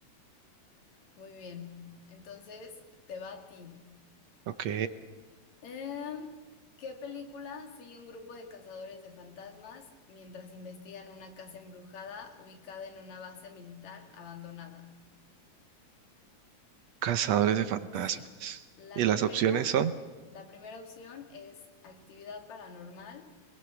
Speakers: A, on the left (about 70°); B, on the right (about 70°).
A: Muy bien, entonces te va a ti.
B: Ok.
A: Em, ¿qué película sigue un grupo de cazadores de fantasmas mientras investigan una casa embrujada ubicada en una base militar abandonada?
B: Cazadores de fantasmas.
A: Sí. La
B: Y
A: primera,
B: las opciones son,
A: la primera opción es actividad paranormal.